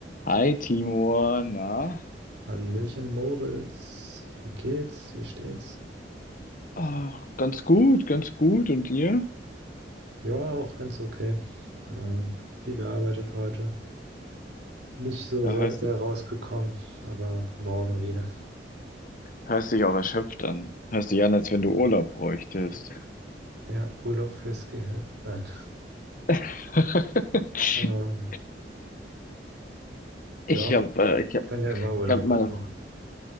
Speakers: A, on the left (about 50°); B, on the right (about 70°).
A: Hi Timur, na?
B: Hallöchen Moritz, wie geht's? Wie steht's?
A: Ah, ganz gut, ganz gut. Und dir?
B: Ja, auch ganz okay. Ähm, viel gearbeitet heute. Nicht so
A: Ja,
B: se-
A: hörst
B: sehr
A: dich,
B: rausgekommen, aber morgen wieder.
A: hörst dich auch erschöpft an. Hörst dich an, als wenn du Urlaub bräuchtest.
B: Der Urlaub fürs Gehirn. Nein.
A: <laughs>
B: Ähm,
A: Ich
B: ja,
A: habe äh, ich hab,
B: kann ja immer Urlaub
A: ich hab meine
B: gebrauchen.